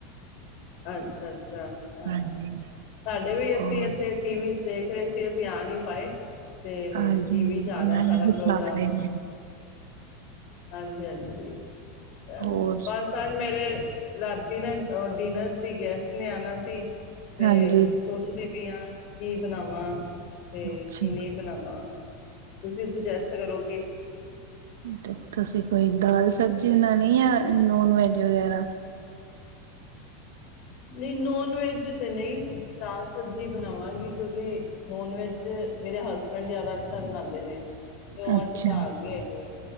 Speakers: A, on the left (about 55°); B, on the right (about 85°).
A: ਅੱ ਅੱਛਾ ਅੱਛਾ ਹਾਂ
B: ਹਾਂਜੀ,
A: ਸਾਡੇ ਵੀ ਐਸੀ
B: ਹੋਰ
A: ਏਥੇ ਟੀਵੀ ਚ ਤੇ ਅਸੀਂ ਅਸੀਂ ਆ ਨੀ ਪਏ ਤੇ
B: ਹਾਂਜੀ
A: ਟੀਵੀ ਚ ਆ ਰਿਹਾ
B: ਨਾਲੇ
A: ਸਾਰਾ
B: ਦਿਖਾ
A: ਪ੍ਰੋਗਰਾਮ।
B: ਰਹੇ ਨੇ।
A: ਹਾਂਜੀ ਹਾਂਜੀ ਚਲੋ
B: ਹੋਰ
A: ਬੱਸ ਅੱਜ ਮੇਰੇ ਰਾਤੀ ਨਾ ਡਿਨਰ ਸੀ ਗੈਸਟ ਨੇ ਆਨਾ ਸੀ ਤੇ
B: ਹਾਂਜੀ,
A: ਕੁਛ ਸੋਚਦੀ ਦੇਖਦੀ ਆ ਕਿ ਬਣਾ ਕੀਂ
B: ਅੱਛਾ।
A: ਬਣਾ ਤੁਸੀਂ ਸੁਜੇਸਟ ਕਰੋ
B: ਤੇ ਤੁਸੀਂ ਕੋਈ ਦਾਲ ਸਭ ਨਈ ਆ ਨੋਨ ਵੇਜ ਵਗੈਰਾ,
A: ਨਈ ਨੋਂਨ ਵੇਜ਼ ਤੇ ਨਈ ਦਾਲ ਸਬਜੀ ਬਣਾਵਾਂਗੀ ਕਿਉਕਿ ਨੋਨ ਵੈਜ ਮੇਰੇ ਹਸਬੈਂਡ ਗੱਢੇ ਆਲਾ ਅੱਛਾ ਬਣਾਂਦੇ ਨੇ, ਤੇ ਉਹ
B: ਅੱਛਾ,
A: ਅੱਜ ਘਰ ਨੀ ਹੈਗੇ,